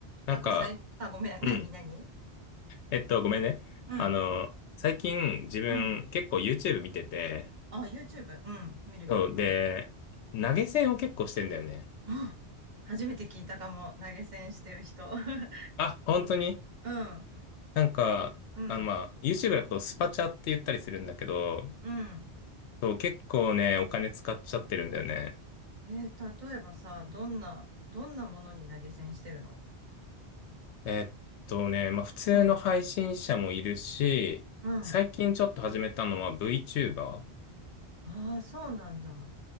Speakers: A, on the left; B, on the right.
A: なんか、
B: なんか最、あ、ごめん、
A: うん。
B: <laughs> 何、何
A: えっと、ごめんね。
B: うん、
A: あの、最近自分結構
B: うん。
A: YouTube 見てて、
B: あ、YouTube、うん、見るよ。
A: そう、
B: うん。
A: で、投げ銭を結構してんだよね。
B: あ初めて聞いたかも、投げ銭してる人。<laughs>
A: あ、本当に
B: うん、
A: なんか、
B: うん、
A: あの、まあ、YouTube だとスパチャって言ったりするんだけど、
B: うん。
A: そう、結構ね、お金使っちゃってるんだよね。
B: えー例えばさ、どんな、どんなものに投げ銭してるの
A: えっとね、まあ、普通の配信者もいるし、
B: うん、うん。
A: 最近ちょっと始めたのは VTuber?
B: ああ、そうなんだ。